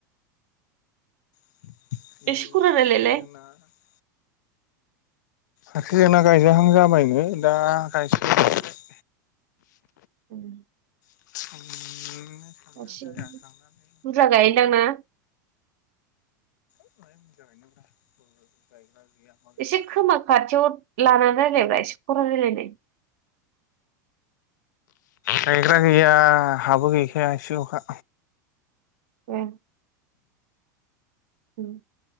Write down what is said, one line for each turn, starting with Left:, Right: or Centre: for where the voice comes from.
Left: ओमफ्राय
Right: एसे खरा
Left: जोंना
Right: रायलायलाय
Left: <unintelligible> जोंना गायजाहां जाबायमोन। दा <unintelligible>
Right: <inaudible>
Left: <inaudible>
Right: <unintelligible>
Left: थांनानै
Right: बुरजा गायो दांना?
Left: <unintelligible> गायग्रा गैया मा गैया
Right: एसे खोमा खाथियाव लानानै रायलाय ब्रा एसे खरा रायलायदो।
Left: गायग्रा गैया हाबो गैखाया एसे लखा।
Right: उम। <inaudible>